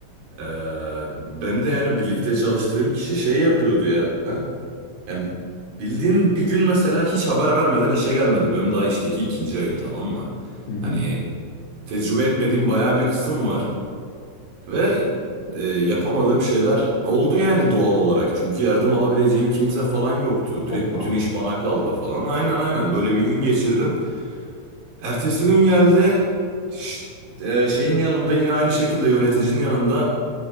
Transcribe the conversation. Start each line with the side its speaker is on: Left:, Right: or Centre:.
Right: Ee, benim de yani birlikte çalıştığım kişi şey yapıyordu ya Yani bildiğin bir gün mesela hiç haber vermeden işe gelmedi. Benim daha işteki ikinci ayım tamam mı?
Left: Hı hı.
Right: Hani tecrübe etmediğim bayağı bir kısım var. Ve e, yapamadığım şeyler oldu yani doğal olarak. Çünkü yardım alabileceğim kimse falan yoktu.
Left: Çok
Right: Direkt
Left: pahalı.
Right: bütün iş bana kaldı falan. Aynen aynen böyle bir gün geçirdim. Ertesi gün geldi ş- e, şeyin yanında yine aynı şekilde yöneticinin yanında